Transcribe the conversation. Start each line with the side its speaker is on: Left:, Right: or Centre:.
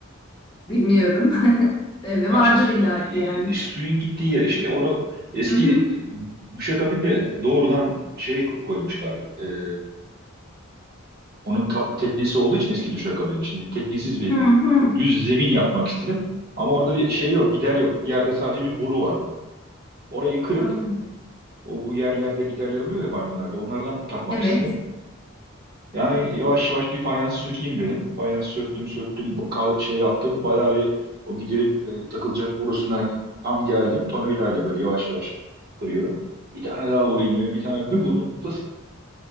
Left: Bilmiyorum. <laughs> Bebe
Right: Ya
Left: vardır
Right: işte su-
Left: illaki yani.
Right: e, suyun gittiği yer işte. Onu eski
Left: Hı hı.
Right: e, duşakabin doğrudan şey koymuşlar. E, Onun ka- teknesi olduğu için eski Duşakabin. Şimdi teknesiz bir
Left: Hı hı.
Right: düz zemin yapmak istedim. Ama orada bir şey yok, gider yok. Yerde sadece bir boru vardı. Orayı kırıp
Left: Anladım.
Right: o bu yerlerde giderler oluyor ya banyolarda. Onlardan takmak
Left: Evet.
Right: istedim. Yani yavaş yavaş bir fayansı sökeyim dedim. Fayansı söktüm, söktüm, ka- şey yaptım. Bayağı bir o giderin e, takılacak borusuna tam geldim. Tornavidayla böyle yavaş yavaş kırıyorum. Bir tane daha vurayım dedim. Bir tane bir
Left: Hı
Right: vurdum.
Left: hı.
Right: Fıs!